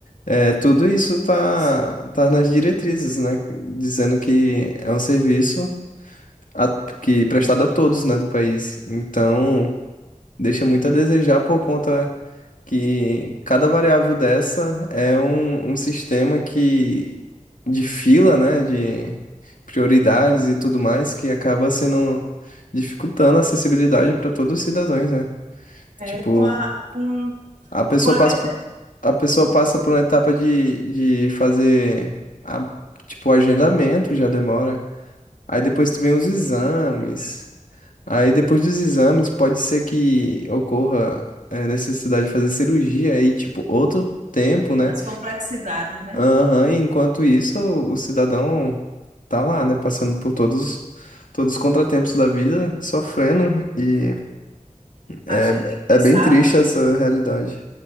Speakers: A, on the left; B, on the right.
A: É, tudo isso tá,
B: Isso.
A: tá nas diretrizes, né? Dizendo que é um serviço a- que é prestado a todos, né, do país. Então, Deixa muito a desejar por conta que cada variável dessa é um, um sistema que de fila, né, de prioridades e tudo mais, que acaba sendo dificultando a acessibilidade para todos os cidadãos, né?
B: É,
A: Tipo,
B: com a, com,
A: a pessoa
B: com a
A: passa
B: dessas
A: por, a pessoa passa por uma etapa de, de fazer a, tipo, o agendamento já demora. Aí depois tu vem os exames. Aí depois dos exames, pode ser que ocorra é, necessidade de fazer cirurgia aí, tipo, outro tempo, né?
B: complexidades, né?
A: Aham, e enquanto isso, o cidadão tá lá, né? Passando por todos, todos os contratempos da vida, sofrendo, e é,
B: A gente, eu pensava
A: é bem triste essa realidade.